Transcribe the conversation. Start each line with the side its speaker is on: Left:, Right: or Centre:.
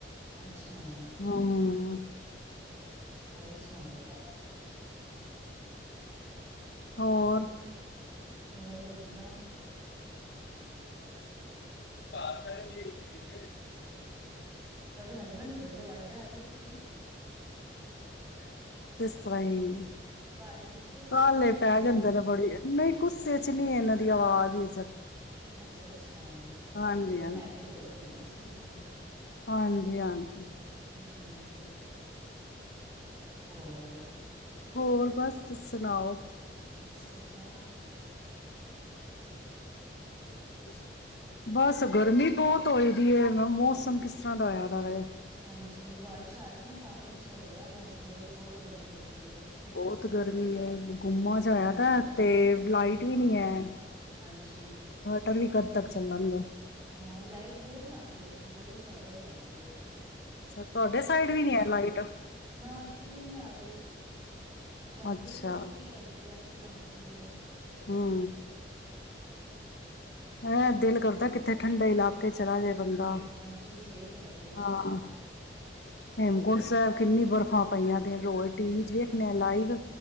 Right: ਅੱਛਾ ਚ
Left: ਹਮ
Right: ਹੋਰ ਸੁਣਾਓ
Left: ਹੋਰ
Right: ਹੋਰ ਵਧੀਆ
Left: ਹਮ <unintelligible> ਹੂੰ,
Right: ਤੁਹਾਡੇ ਹਸਬੈਂਡ ਦੀ ਬੜੀ ਅਵਾਜ਼ਾਂ ਆ ਰਹੀ ਪਿੱਛੋਂ,
Left: ਸਹੀ,
Right: ਭਾਜੀ ਗੁੱਸੇ ਚ ਲੱਗਦੇ
Left: ਕਾਲੇ
Right: ਪਏ ਨੇ
Left: ਪੈ
Right: ਬੜੇ
Left: ਜਾਂਦੇ ਨੇ ਬੜੀ ਨਹੀਂ ਗੁੱਸੇ ਚ ਨੀ ਇਹਨਾਂ ਦੀ, ਆਵਾਜ਼ ਈ,
Right: ਅੱਛਾ-ਅੱਛਾ, ਹਾਂ
Left: ਹਾਂਜੀ
Right: ਤੁਹਾਨ ਤੁਹਾਨੂੰ ਹੈਬਿਟ ਹੋ ਗਈ ਹੋਣੀ ਨਾ, ਹੂੰ,
Left: ਹਾਂਜੀ-ਹਾਂਜੀ,
Right: ਹੂੰ ਹੋਰ,
Left: ਹੋਰ ਬਸ ਸੁਣਾਓ?
Right: ਬਸ ਵਧੀਆ,
Left: ਹੂੰ, ਬਸ ਗਰਮੀ ਬਹੁਤ ਧੋਏ ਦੀ ਹੈ ਮੌਸਮ ਕਿਸ ਤਰ੍ਹਾਂ ਦਾ ਹੋਇਆ ਦਾ ਵਾ
Right: ਹਾਂਜੀ ਬਾਰਿਸ਼, ਚ ਆਜੇ ਨਾ ਤਾਂ ਹੀ ਅੱਛਾ ਰਹੇਗਾ ਮੌਸਮ ਬੜੀ ਬਹੁਤ ਗਰਮੀ ਹੋਈ ਦੀ ਏ,
Left: ਬਹੁਤ ਗਰਮੀ ਹੈ ਗੁੰਮਾ
Right: ਹੂੰ
Left: ਜਾ ਹੋਇਆ ਪਿਆ ਤੇ। ਲਾਈਟ ਵੀ ਨਹੀਂ ਹੈ।
Right: ਹਾਂਜੀ,
Left: ਟਰ ਵੀ ਕਦ ਤੱਕ ਚੱਲਣਗੇ।
Right: ਹਾਂ ਲਾਈਟ ਬਹੁਤ ਜਾਂਦੀ ਇੱਥੇ ਬੜੀ ਜ਼ਿਆਦਾ ਜਾਂਦੀ ਐ।
Left: ਅੱਛਾ ਤੁਹਾਡੇ ਸਾਈਡ ਵੀ ਨੀ ਹੈ ਲਾਈਟ,
Right: ਨਾ ਇੱਥੇ <unintelligible> ਜਾਂਦੀ
Left: ਅੱਛਾ
Right: ਫਿਰ ਇੱਕ-ਇੱਕ ਘੰਟੇ ਬਸ, ਤੇ ਜਾਂਦੀ ਐ।
Left: ਹੂੰ, ਮ ਦਿਲ ਕਰਦਾ ਕਿੱਥੇ ਠੰਡੇ ਇਲਾਕੇ ਚਲਾ ਜਾਏ। ਬੰਦਾ
Right: ਹਾਂਜੀ ਸਹੀ ਕਹਿ ਰਹੇ ਹੋ?
Left: ਹਾਂ ਹੇਮਕੁੰਟ ਸਾਹਿਬ ਕਿੰਨੀ ਬਰਫ਼ਾ ਪਈਆਂ ਦੀਆਂ ਰੋਜ
Right: ਹਾਂਜੀ
Left: ਟੀ ਵੀ ਚ ਵੇਖਣੇ ਆ ਲਾਈਵ